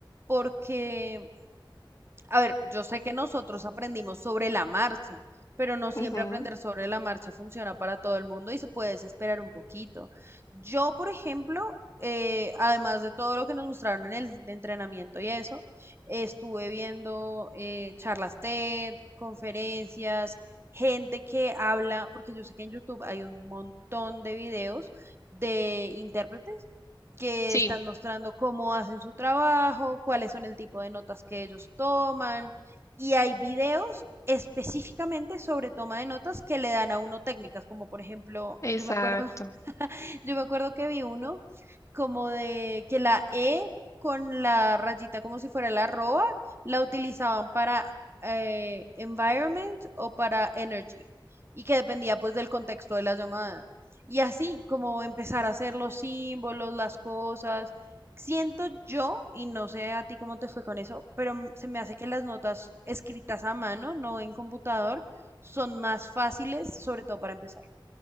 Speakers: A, on the right (about 30°); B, on the left (about 35°).
A: porque a ver, yo sé que nosotros aprendimos sobre la marcha, pero no siempre
B: ujú,
A: aprender sobre la marcha funciona para todo el mundo y se puede desesperar un poquito. Yo, por ejemplo, eh, además de todo lo que nos mostraron en el entrenamiento y eso, estuve viendo eh, charlas TED, conferencias, gente que habla, porque yo sé que en YouTube hay un montón de videos de intérpretes que
B: Sí,
A: están mostrando cómo hacen su trabajo, cuáles son el tipo de notas que ellos toman y hay videos específicamente sobre toma de notas que le dan a uno técnicas, como por ejemplo,
B: exacto.
A: yo me acuerdo <laughs> Yo me acuerdo que vi uno como de que la E con la rayita como si fuera la arroba la utilizaban para eh, environment o para energy y que dependía pues del contexto de la llamada. Y así como empezar a hacer los símbolos, las cosas. Siento yo, y no sé a ti cómo te fue con eso, pero m- se me hace que las notas escritas a mano, no en computador, son más fáciles, sobre todo para empezar.